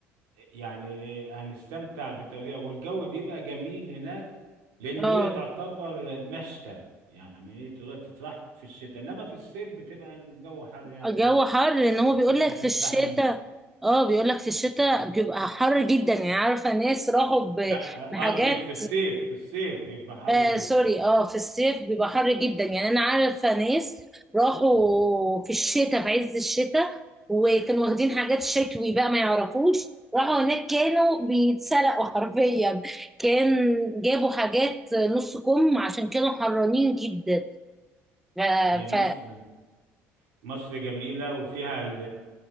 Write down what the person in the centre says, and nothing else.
<laughs>
اه
الجو حر ان هو
بيقول لك
في الشتاء اه بيقول لك في الشتاء بيبقى حر جدا يعني عارفة ناس راحوا ب-
بحاجات
آه
سوري اه في الصيف بيبقى حر جدا يعني انا عارفة ناس راحوا في الشتاء في عز الشتاء وكانوا واخدين حاجات شتوي بقى ما يعرفوش راحوا هناك كانوا بيتسلقوا <laughs> حرفيا كان جابوا حاجات نص كم عشان كانوا حرانين جدا آه،
ف